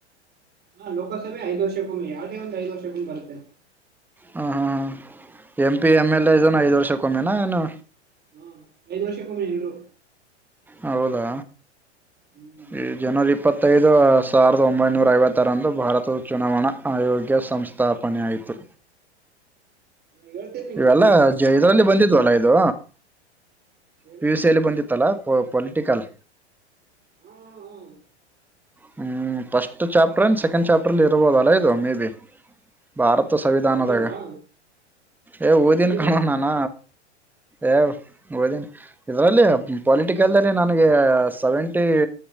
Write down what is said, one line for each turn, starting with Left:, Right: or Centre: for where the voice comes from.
Right: ಹಾ ಲೋಕಸಭ ಐದ ವರ್ಷೂಮಿಾವ್ರಿಗೆ ಒಂದು ಐದು ವರ್ಷೂಮಿ ಬರುತ್ತೆ
Centre: ಹ ಹಾ ಹ M P M L A ಇದನು ಐ್ ವರ್ಷಕ್ಕೊಮ್ಮೆನಾ ಏನು
Right: ಹ್ಮ ಐದು ವರ್ಷಕ್ಕಮ್ಮನ್ರು
Centre: ಹೌದಾ
Right: ಹ್ಮ್
Centre: ಇದು ಜನವರಿ ಇಪ್ಪತ್ತೈದು ಸಾವಿರದ ಒಂಬೈನೂರ ಐವತ್ತಾರಂದು ಭಾರತ ಚುನಾವಣಾ ಆಯೋಗ್ಯ ಸಂಸ್ಥೆ ಸ್ಥಾಪನೆ ಆಯಿತು
Right: ಹೇಳ್ತೇ
Centre: ಇವೆಲ್ಲಾ ಜ ಇದ್ರಲ್ಲಿ ಬಂದಿದ್ವಲ್ಲ ಇದು
Right: ಏನು
Centre: ಪಿ ಯು ಸಿ ಅಲ್ಲಿ ಬಂದಿತ್ತಲ್ಲಾ ಪ ಪೊಲಿಟಿಕಲ್
Right: ಹಾ ಹಾ ಹಾ
Centre: ಹ್ಮ್ ಫಸ್ಟ್ ಚಾಪ್ಟರ್ ಎನ್
Right: ನೀವು
Centre: ಸೆಕೆಂಡ್ ಚಾಪ್ಟರ್ ಲ್ಲಿಯೇ ಇರ್ಬೋದು ಅಲಾ ಇದು ಮೇ ಬಿ ಭಾರತ
Right: ಹ್ಮ
Centre: ಸಂವಿಧಾನದಾಗ
Right: ನೀವು ಓದಿಲ್ವಾ
Centre: ಏ
Right: ನೀವು
Centre: ಓದಿನ
Right: ಓದಿಲ್ಲ
Centre: ಕಾಣೋ ನಾನು ಯ ಓದಿನಿ ಇದರಲ್ಲಿ ಪೊಲಿಟಿಕಲ್ಲೇ ನನಗೆ ಸೆವೆಂಟಿ